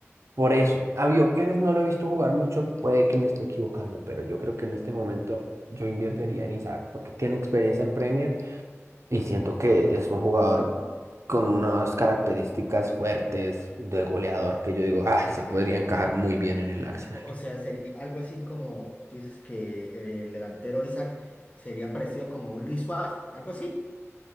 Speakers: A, on the right; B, on the left.
A: Por eso, a Bioqueres no lo he visto jugar mucho, puede que me esté equivocando, pero yo creo que en este momento yo invertiría en Isaac porque tiene experiencia en Premier y siento que es un jugador con unas características fuertes de goleador que yo digo, ah,
B: Ajá.
A: se podría encajar muy bien en el Arsenal.
B: O, o- o sea, sería algo así como tú dices que el delantero Isaac sería parecido como un Luis Suárez, algo así.